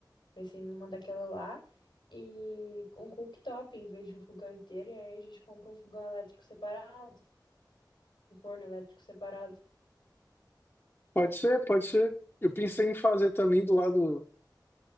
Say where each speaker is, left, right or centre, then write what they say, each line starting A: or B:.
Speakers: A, on the left; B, on the left.
A: Pensei numa daquela lá e um cooktop em vez de um fogão inteiro. E aí a gente compra um fogão elétrico separado, um forno elétrico separado.
B: Pode ser, pode ser. Eu pensei em fazer também do lado,